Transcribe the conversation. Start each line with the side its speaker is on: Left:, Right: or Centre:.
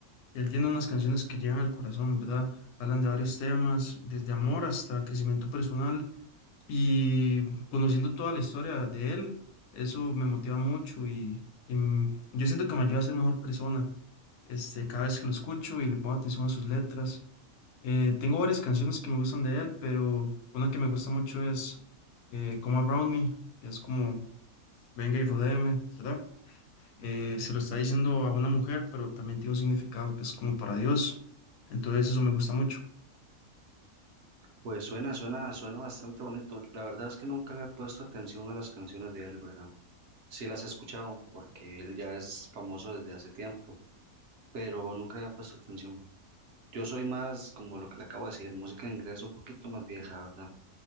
Left: Él tiene unas canciones que llegan al corazón, ¿verdad? Hablan de varios temas, desde amor hasta crecimiento personal y conociendo toda la historia de él, eso me motiva mucho y, y m- yo siento que me ayuda a ser mejor persona, este, cada vez que lo escucho y le pongo atención a sus letras. Eh, tengo varias canciones que me gustan de él, pero una que me gusta mucho es eh, Come Around Me, que es como Venga y rodéeme, ¿verdad? Eh, se lo está diciendo a una mujer, pero también tiene un significado que es como para Dios. Entonces eso me gusta mucho,
Right: Pues suena, suena, suena bastante bonito. La verdad es que nunca le he puesto atención a las canciones de él, ¿verdad? Sí las he escuchado porque él ya es famoso desde hace tiempo, pero nunca le he puesto atención. Yo soy más como lo que le acabo de decir, música en inglés un poquito más vieja, ¿verdad?